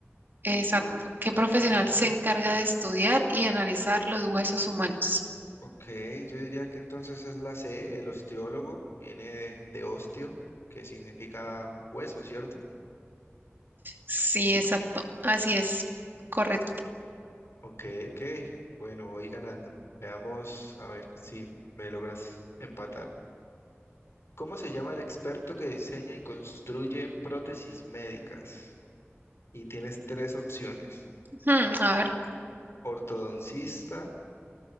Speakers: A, on the right; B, on the left.
A: Exacto. ¿Qué profesional se encarga de estudiar y analizar los huesos humanos?
B: Ok, yo diría que entonces es la C, el osteólogo, viene de, de osteo, que significa hueso, ¿cierto?
A: Sí, exacto. Así es. Correcto.
B: Ok, ok, bueno, voy ganando. Veamos, a ver si me logras empatar. ¿Cómo se llama el experto que diseña y construye prótesis médicas? Y tienes tres opciones:
A: Hmm, a ver.
B: ortodoncista,